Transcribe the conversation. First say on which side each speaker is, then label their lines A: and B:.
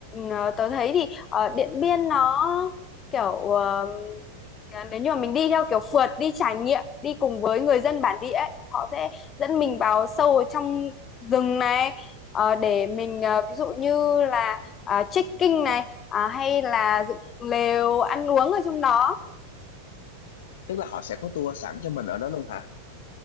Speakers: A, on the left; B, on the left.
A: ờ, tớ thấy thì ờ, Điện Biên nó kiểu ờm, nếu như mà mình đi theo kiểu phượt đi trải nghiệm đi cùng với người dân bản địa ấy, thì họ sẽ dẫn mình vào sâu ở trong rừng này ờ, để mình ờ, ví dụ như là ờ, trekking này à, hay là dựng lều ăn uống ở trong đó.
B: tức là họ sẽ có tour sẵn cho mình ở đó luôn hả